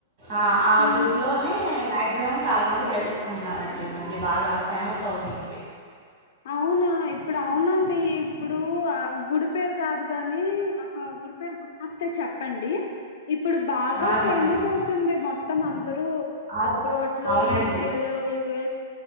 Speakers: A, on the right; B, on the left.
A: ఆ ఆ
B: ఉమ్
A: గుడిలోనే మాక్సిమం చాలా మంది చేసుకుంటున్నారండి ఈ మధ్య బాగా ఫేమస్ అవుతుందది
B: అవునా ఇప్పుడు అవునండి ఇప్పుడూ ఆ గుడి పేరు కాదు గాని ఆహా గుడి పేరు గుర్తొస్తే చెప్ టండి ఇప్పుడుబాగా
A: ఆ
B: ఫేమస్
A: సరే అండి
B: అవుతుంది మొత్తం అందరు రు
A: అవును
B: అబ్రాడ్ లో
A: అవునండి
B: యూకేలో యుఎస్